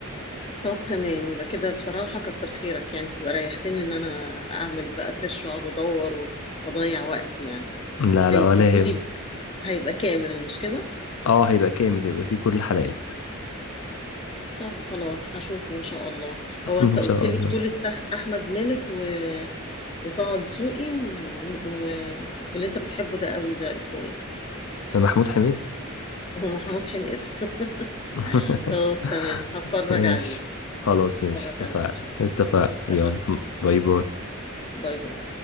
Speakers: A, on the left (about 25°); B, on the left (about 75°).
A: طب تمام يبقى كده بصراحه كتر خيرك يعني تبقى ريحتني ان انا اعمل بقى سيرش واقعد ادور واضيع وقتي يعني
B: لا
A: هيجيبولي
B: لا ولا يهم
A: هيبقى كامل مش كده
B: اه هيبقى كامل هيبقى فيه كل الحلقات
A: طب خلاص هشوفه ان شاء الله
B: <laughs>
A: هو انت
B: ان
A: قلت
B: شاء
A: لي
B: الله
A: بطولة تح- احمد مالك و- وطه دسوقي و... و... واللي انت بتحبه ده قوي ده اسمه ايه
B: محمود حميد
A: هو محمود حميدة
B: <laughs>
A: <laughs> خلاص تمام هتفرج
B: ماشي
A: عليه
B: خلاص
A: هتفرج
B: ماشي اتفقنا
A: عليه ان شاء الله
B: اتفقنا يلا
A: اتفقنا
B: باي باي
A: باي باي